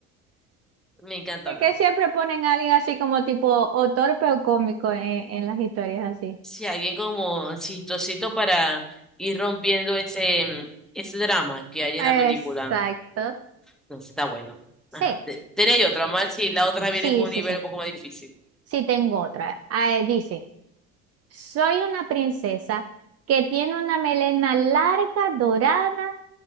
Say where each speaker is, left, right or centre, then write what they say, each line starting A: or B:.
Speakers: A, in the centre; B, on the right.
A: me encanta
B: Es
A: Olaf.
B: que siempre ponen a alguien así como tipo o torpe o cómico en, en las historias así.
A: Si alguien como chistosito para ir rompiendo ese, mm, ese drama que hay en
B: Exacto.
A: la película, entonces está bueno.
B: Sí,
A: Ajá, te- tenéis otra, más si la otra viene
B: sí,
A: con un
B: sí,
A: nivel
B: sí.
A: un poco más difícil.
B: Sí, tengo otra. Ah, eh, dice, soy una princesa que tiene una melena larga, dorada,